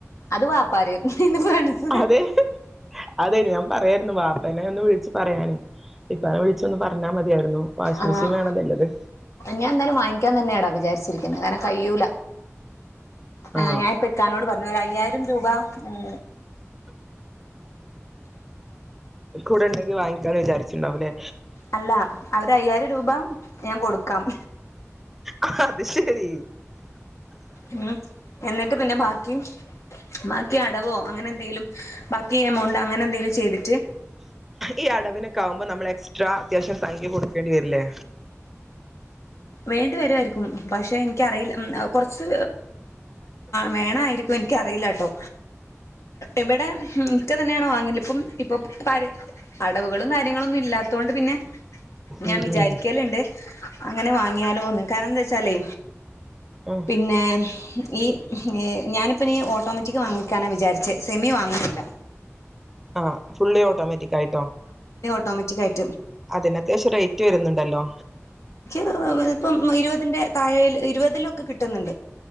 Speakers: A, on the left; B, in the centre.
A: അത് വാപ്പാടെ ഇത് ഫ്രണ്ട്സ്
B: അതെ അതെ ഞമ് പറയായിരുന്നു വാപ്പേനെ ഒന്ന് വിളി ച്ച് പറയാന് ഇപ്പാനെ വിളിച്ചൊന്ന് പറഞ്ഞാ മതിയാരുന്നു വാഷിങ്ങ്
A: ആഹ്
B: മെഷീൻ വേണെന്നിള്ളത്
A: ഞാൻ എന്തായാലും വാങ്ങിക്കാൻ തന്നെയാടാ വിചാരിച്ചിരിക്കുന്നേ കാരണം കഴിയൂല
B: ആ
A: ആഹ് ഞാനിപ്പ ഇക്കാനോട് പറഞ്ഞു ഒരു അയ്യായിരം രൂപ ഉം
B: കൂടെണ്ടെങ്കി വാങ്ങിക്കാന്ന് വിചാരിച്ചിണ്ടാവും ല്ലേ
A: അല്ല അവര് അയ്യായിരം രൂപ ഞാൻ കൊടുക്കും ക്കാം
B: ആഹ്ആ അത് ശെരി
A: ഉംഹ് എന്നിട്ട് പിന്നെ ബാക്കി ബാക്കി അ ടവോ അങ്ങനെന്തെങ്കിലും ബാക്കി എമൗണ്ട് അങ്ങനെ എന്തെങ്കിലും ചെയ്തി
B: ഈ അടവിനൊക്കെ ആവുമ്പോ നമ്മൾ എക്സ്ട്രാ അത്യാവശ്യം സംഖ്യ കൊടുക്കേണ്ടി വരില്ലേ
A: വേണ്ടിവരുവാരിക്കും പക്ഷെ എനിക്കറിയില്ല കുറച്ച് വേണമായിരിക്കും എനിക്കറിയില്ല കേട്ടോ ഇവിടെ ഇക്ക തന്നെയാണ് വാങ്ങി ഇനിയിപ്പം ഇപ്പം അടവുകളും കാര്യങ്ങളും ഇല്ലാത്തത് കൊണ്ട് പിന്നെ ഞാൻ
B: ഉം
A: വിചാരിക്കലുണ്ട്
B: ഉം
A: അങ്ങനെ വാങ്ങിയാലോന്ന് കാണംന്ത് വെച്ചാലേ
B: ഉം
A: പിന്നെ ഹ് ഈ ഞാനിപ്പ നീ ഓട്ടോമാറ്റിക് വാങ്ങിക്കാന വിചാരിച്ച് സെമി വാങ്ങുന്നില്ല
B: ആ ഫുള്ളി ഓട്ടോമാറ്റിക് ആയിട്ടോ
A: മറ്റിക്
B: അതിനത്യാവശ്യ റേറ്റ് വരുന്നുണ്ടല്ലോ
A: ഇ ഇതുപ്പം ഇരുപതിന്റെ താഴ ഇരുപതിലക്കെ കിട്ടന്നുണ്ട്